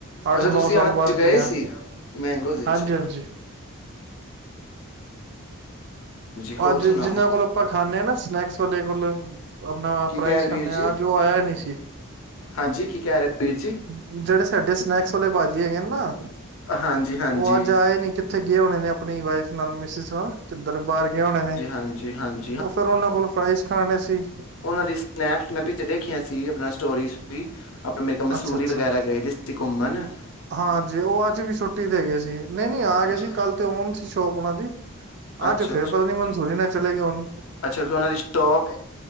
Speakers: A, on the right; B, on the left.
A: ਅੱਠ
B: ਅੱਛਾ ਤੁਸੀਂ
A: ਨੌ ਸਾਲ
B: ਅੱਜ
A: ਬਾਅਦ
B: ਗਏ
A: ਗਿਆ
B: ਸੀ, ਮੈਂਗੋਸ ਵਿੱਚ।
A: ਹਾਂਜੀ-ਹਾਂਜੀ।
B: <inaudible> ਹੋਰ
A: ਅੱਜ
B: ਸੁਣਾਓ
A: ਜਿਨਾਂ ਕੋਲ ਆਪਾਂ ਖਾਂਨੇ ਆਂ ਨਾ ਸਨੈਕਸ ਵਾਲੇ ਕੋਲੋਂ ਆਪਨਾ
B: ਕੀ
A: ਫਰਾਈਜ਼
B: ਕਹਿ ਰਹੇ ਵੀਰ
A: ਖਾਨੇ
B: ਜੀ
A: ਆ, ਅੱਜ ਉਹ ਆਇਆ ਨੀ ਸੀ।
B: ਹਾਂਜੀ ਕੀ ਕਹਿ ਰੇ? ਵੀਰ ਜੀ,
A: ਜਿਹੜੇ ਸਾਡੇ ਸਨੈਕਸ ਵਾਲੇ ਭਾਜੀ ਹੈਗੇ ਨੇ ਨਾ
B: ਹਾਂਜੀ-ਹਾਂਜੀ।
A: ਉਹ ਅੱਜ ਆਏ ਨੀ ਕਿੱਥੇ ਗਏ ਹੋਨੇ ਨੇ ਆਪਨੀ ਵਾਈਫ ਨਾਲ, ਮਿਸਿਸ ਨਾਲ ਕਿੱਧਰ ਬਾਰ ਗਏ ਹੋਨੇ ਨੇ।
B: ਹਾਂਜੀ-ਹਾਂ
A: ਓ ਫਿਰ ਓਨਾਂ ਕੋਲੋਂ ਫਰਾਾਈਜ਼ ਖਾਨੇ ਸੀ।
B: ਓਨਾਂ ਦੀ ਸਨੈਪਸ ਮੈਂ ਪਿੱਛੇ ਦੇਖੀਆਂ ਸੀ, ਆਪਨਾ ਸਟੋਰੀਜ ਸਟੁਰੀ ਮੈ ਕਿਹਾ ਮਸੂਰੀ
A: ਅੱਛਾ ਅੱਛਾ
B: ਵਗੈਰਾ ਗਏ ਦੇ ਤੇ ਘੁੰਮਨ।
A: ਹਾਂਜੀ ਓ ਅੱਜ ਵੀ ਛੁੱਟੀ ਤੇ ਹੈਗੇ ਸੀ, ਨਈ-ਨਈ ਆ ਗਏ
B: ਅੱਛਾ
A: ਸੀ ਕੱਲ ਓਨ ਸੀ ਸ਼ੋਪ ਉਹਨਾਂ ਦੀ।
B: ਅੱਛਾ ਅੱਛਾ
A: ਅੱਜ ਫੇਰ ਪਤਾ ਨੀ ਮਨਸੂਰੀ ਨਾ ਚਲੇ ਗਏ ਹੋਨ।
B: ਅੱਛਾ ਫੇਰ ਓਨਾਂ ਦੀ ਸ਼ੋਪ